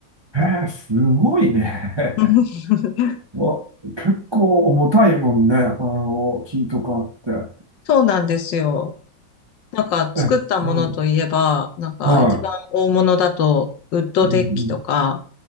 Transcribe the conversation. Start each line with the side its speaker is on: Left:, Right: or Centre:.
Right: ええすごいね。
Left: <laughs>
Right: <laughs> わ、結構重たいもんね。あの、木とかって。
Left: そうなんですよ。なんか作ったものといえば、
Right: え、うん。
Left: なんか一番大物だと、
Right: は
Left: ウッドデッキとか、
Right: い。うん